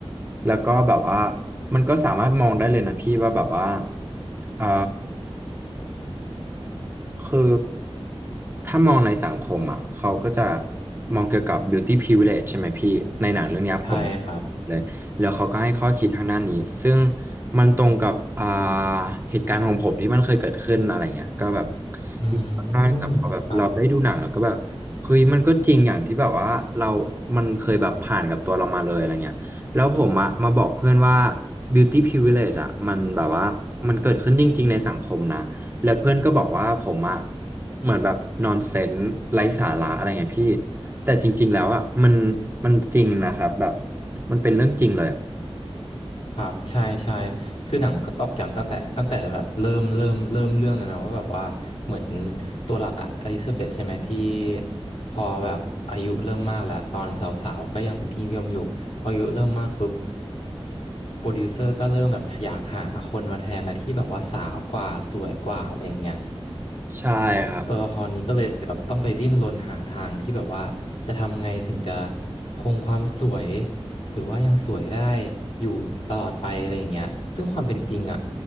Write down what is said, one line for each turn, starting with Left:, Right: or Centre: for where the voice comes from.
Right: แล้วก็แบบว่ามันก็สามารถมองได้เลยนะพี่ว่าแบบว่าเอ่อ คือถ้ามองในสังคมอ่ะเขาก็จะมองเกี่ยวกับ beauty privilege ใช่ไหมพี่ในหนังเรื่องเนี้ยผม
Left: ใช่ครับ
Right: เลยแล้วเขาก็ให้ข้อคิดทางด้านนี้ซึ่งมันตรงกับอ่าเหตุการณ์ของผมที่มันเคยเกิดขึ้นอะไรเงี้ยก็แบบ
Left: อื
Right: มีบ้างแต่พอแบบเราได้ดูหนังเราก็แบบเฮ้ยมันก็จริงอย่างที่แบบว่าเรา
Left: มครับ
Right: มันเคยแบบผ่านกับตัวเรามาเลยอะไรเงี้ยแล้วผมอะมาบอกเพื่อนว่า beauty privilege อะมันแบบว่ามันเกิดขึ้นจริงๆในสังคมนะ แล้วเพื่อนก็บอกว่าผมอะเหมือนแบบนอนเซนส์ไร้สาระอะไรเงี้ยพี่แต่จริงๆแล้วอะมันมันจริงนะครับแบบมันเป็นเรื่องจริงเลยอะ
Left: ครับใช่ใช่คือหนังมันก็ตอกย้ำตั้งแต่ตั้งแต่แบบเริ่มเริ่มเริ่มเรื่องเลยนะว่าแบบว่าเหมือนตัวหลักอะอลิซาเบธใช่ไหมที่พอแบบอายุเริ่มมากแล้วตอนสาวๆก็ยังเป็นที่นิยมอยู่พออายุเริ่มมากปุ๊บโปรดิวเซอร์ก็เริ่มแบบอยากหาคนมาแทนและที่แบบว่าสาวกว่าสวยกว่าอะไรอย่างเงี้ย
Right: ใช่ครับ
Left: ตัวละครนี้ก็เลยแบบต้องไปดิ้นรนหาทางที่แบบว่าจะทำไงถึงจะคงความสวยหรือว่ายังสวยได้อยู่ตลอดไปอะไรอย่างเงี้ยซึ่งความเป็นจริงอ่ะ